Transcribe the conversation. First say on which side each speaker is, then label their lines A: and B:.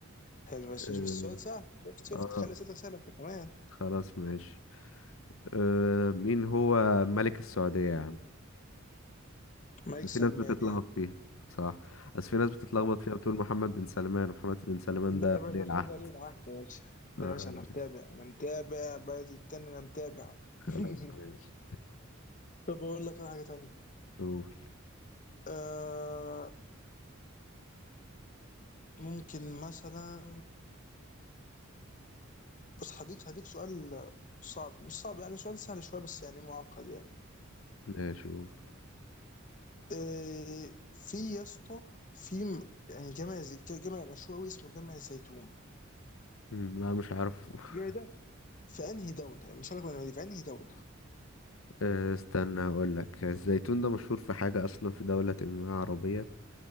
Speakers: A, on the left; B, on the left.
A: حلو بس
B: آه
A: مش بالسؤال سهل شفت شفت
B: آه،
A: خلي اسئلتك سهله انت كمان
B: خلاص ماشي آه مين هو ملك السعودية يا عم
A: مايك
B: في
A: سلمان
B: ناس بتتلخبط
A: يا عم
B: فيها صح بس في ناس بتتلخبط فيها بتقول محمد بن سلمان محمد بن سلمان
A: لا
B: ده
A: يا باشا
B: ولي
A: عشان
B: العهد
A: ده ولي العهد يا باشا
B: آه
A: لا يا باشا انا متابع انا متابع بلدي التاني انا متابع
B: خلاص
A: <laughs>
B: ماشي
A: طب اقول لك انا حاجه تانية
B: قول
A: آه ممكن مثلا بس هديك هديك سؤال صعب مش صعب يعني سؤال سهل شويه بس يعني معقد يعني
B: ماشي قول
A: آه في يا اسطى في م- يعني جامع زي- جامع مشهور قوي اسمه جامع الزيتون
B: مم، لا مش عارف <laughs>
A: الجامع ده في انهي دولة مش هقول لك بني آدمين، في انهي دولة
B: آه، استنى هقول لك الزيتون ده مشهور في حاجة أصلا في دولة ما عربية